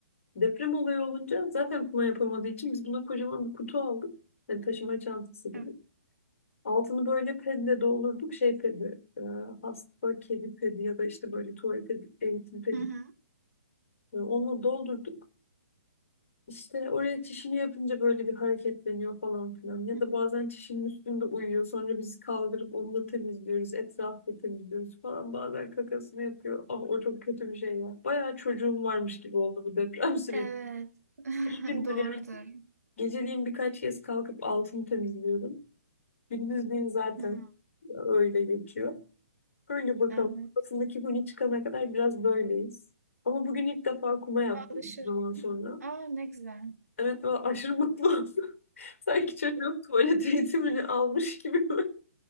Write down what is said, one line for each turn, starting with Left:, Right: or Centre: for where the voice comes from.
Left: Deprem olayı olunca zaten kuma yapamadığı için biz buna kocaman bir kutu aldık. Hani taşıma çantası gibi.
Right: Evet.
Left: Altını böyle pedle doldurduk. Şey pedi, e, hasta kedi pedi ya da işte böyle tuvalet pedi, eğitim pedi.
Right: Hı hı.
Left: E, Onunla doldurduk. İşte oraya çişini yapınca böyle bir hareketleniyor falan filan. Ya
Right: Hı hı.
Left: da bazen çişinin üstünde uyuyor. Sonra biz kaldırıp onu da temizliyoruz. Etrafı da temizliyoruz falan. Bazen kakasını yapıyor. Ah o çok kötü bir şey ya. Bayağı çocuğum varmış gibi oldu bu deprem <laughs> süreci.
Right: Evet. <laughs>
Left: Üç gündür
Right: Doğrudur.
Left: yani. Geceliğin birkaç kez kalkıp altını temizliyorum. Gündüzliğin zaten
Right: Hı,
Left: öyle geçiyor. Öyle bakalım.
Right: evet.
Left: Kafasındaki huni çıkana kadar biraz böyleyiz. Ama bugün ilk defa kuma yaptım
Right: Ama alışır
Left: zaman
Right: ya.
Left: sonra.
Right: Aa ne güzel.
Left: Evet, ben aşırı mutlu oldum. Sanki çocuğun tuvalet eğitimini almış gibi. böyle.